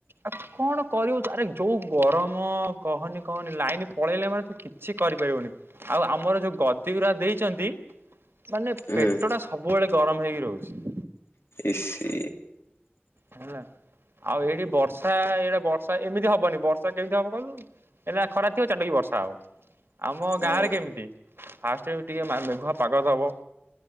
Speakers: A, on the right; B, on the left.
A: ଆଉ କଣ? କରିବୁ ଆରେ ଯୋଉ ଗରମ କହନି କହନି ଲାଇନ ପଳେଇଲେ ମାନେ ତ କିଛି କରିପାରିବୁନି। ଆଉ ଆମର ଯୋଉ ଗଦିଗୁରା ଦେଇଛନ୍ତି। ମାନେ
B: ହୁଁ
A: ପେଟଟା ସବୁବେଳେ ଗରମ ହେଇକି ରହୁଛି।
B: ଇସ ସି
A: ହେଲା ଆଉ ଏଇଠି ବର୍ଷା ଏଇଟା ବର୍ଷା ଏମିତି ହବନି ବର୍ଷା କେମିତି ହବ କହିଲୁ? ଏଇନା ଖରା ଥିବ ଚାଟାକି ବର୍ଷା ହବ ଆମ
B: ଓହୋ।
A: ଗାଁରେ କେମିତି? ଫାଷ୍ଟରେ ଟିକେ ମେଘୁଆ ପାଗ ଦବ।